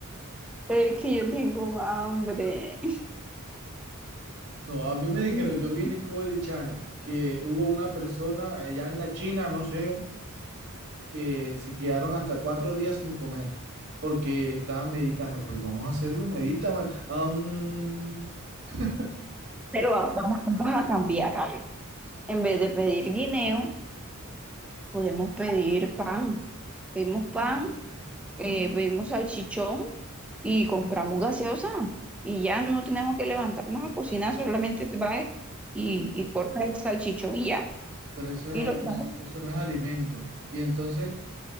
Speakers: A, in the centre; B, on the right.
A: Es que yo tengo hambre.
B: No, a mí me
A: <laughs>
B: dijeron, yo vi en Discovery Channel que hubo una persona allá en la China, no sé, que se quedaron hasta cuatro días sin comer porque estaban meditando. Pues vamos a hacerlo, medita. ma- am. <laughs>
A: Pero va- vamos, vamos a cambiar algo. En vez de pedir guineo, podemos pedir pan. Pedimos pan, eh, pedimos salchichón y compramos gaseosa y ya no tenemos que levantarnos a cocinar, solamente va y,
B: ¿no?
A: y corta el salchichón y ya,
B: pero eso
A: y
B: es-
A: lo trae.
B: eso no es alimento. Y entonces